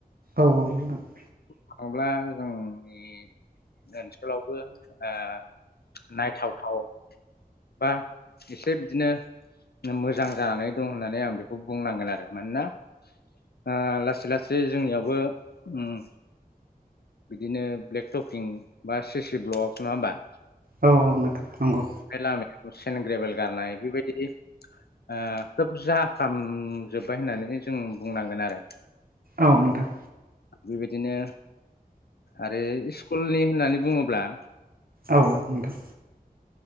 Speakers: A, on the right; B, on the left.
A: औ औ नोंथां।
B: थांयो ब्ला जों जोंनि ओनसोलावबो ओ नायथावथाव बा एसे बिदिनो मोजां जानानै दं होननानै आं बेखौ बुंनांगोन आरो मानोना आ लासै लासै जोंनियावबो ओम बिदिनो ब्लेक टकिं बा सिसि ब्ल'ग नङा होमबा
A: औ औ नोंथां नंगौ
B: लामा सेन ग्रेबेल गारनाय बेबायदि आ खोब जा फाम जोब्बाय होननानै जों बुंनांगोन आरो
A: औ नोंथां
B: बेबायदिनो आरो स्कुलनि होननानै बुङोब्ला
A: औ नोंथां